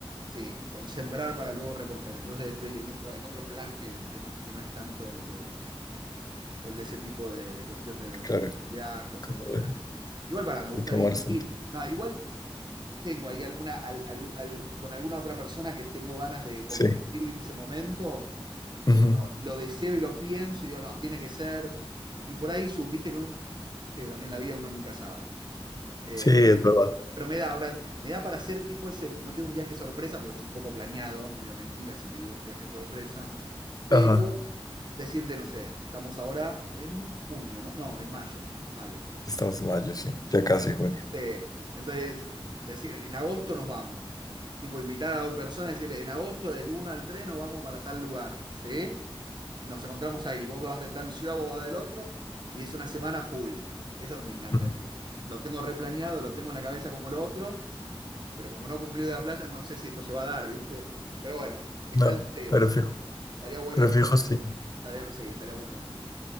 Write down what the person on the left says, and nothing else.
claro,
como
de,
de tomarse
el-
Sí.
Ujú.
Sí, es verdad.
Ajá.
Estamos en mayo, sí, ya casi junio.
Ujú.
No,
pero fijo.
Pero
fijo sí.